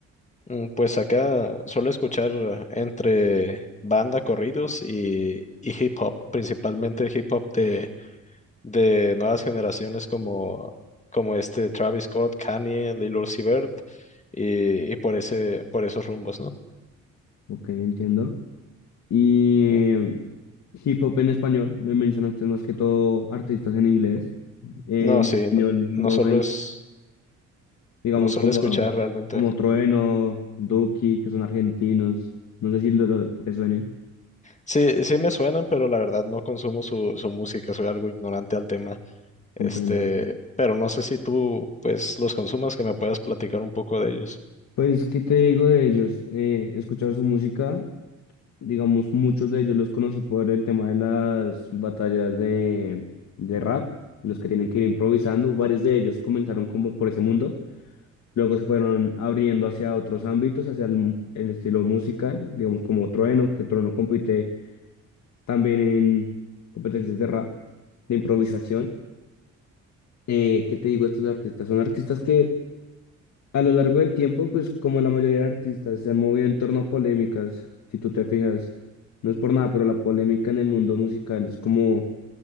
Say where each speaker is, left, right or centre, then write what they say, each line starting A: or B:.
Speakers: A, on the left (about 25°); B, on the left (about 65°).
A: Mm, Pues acá suelo escuchar eh, entre banda corridos y, y hip hop, principalmente hip hop de, de nuevas generaciones como, como este Travis Scott, Kanye, Lil Uzi Vert, y, y por ese, por esos rumbos, ¿no?
B: Ok, entiendo. Y
A: Mm.
B: hip hop en español, me mencionaste más que todo artistas en inglés. En
A: No, sí,
B: español
A: no, no
B: no
A: solo
B: hay.
A: es,
B: digamos
A: no solo
B: como,
A: escuchar realmente.
B: como Trueno, Duki, que son argentinos, no sé si lo, lo- te suenen,
A: Sí, sí me suenan, pero la verdad no consumo su, su música, soy algo ignorante al tema. Este,
B: comprendo.
A: pero no sé si tú, pues, los consumas, que me puedas platicar un poco de ellos.
B: Pues, ¿qué te digo de ellos? Eh, he escuchado su música, digamos, muchos de ellos los conocí por el tema de las batallas de, de rap, en los que tienen que ir improvisando, varios de ellos comenzaron como por ese mundo, luego se fueron abriendo hacia otros ámbitos, hacia el, mu- el estilo musical, digamos como Trueno, que Trueno compite también en competencias de rap, de improvisación. eh, ¿qué te digo? Estos artistas son artistas que a lo largo del tiempo, pues como la mayoría de artistas, se han movido en torno a polémicas, si tú te fijas. No es por nada, pero la polémica en el mundo musical es como